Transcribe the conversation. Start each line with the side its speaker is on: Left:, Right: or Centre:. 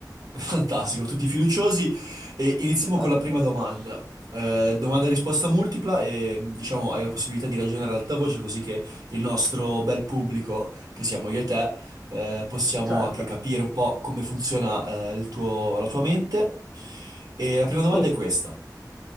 Right: Fantastico, tutti fiduciosi e iniziamo
Centre: <laughs>
Right: con la prima domanda. Eh, domanda a risposta multipla e diciamo hai la possibilità di ragionare ad alta voce così che il nostro bel pubblico, che siamo io e te, eh, possiamo
Centre: Certo.
Right: anche capire un po' come funziona, eh, il tuo- la tua mente. E la prima domanda
Centre: Sì.
Right: è questa.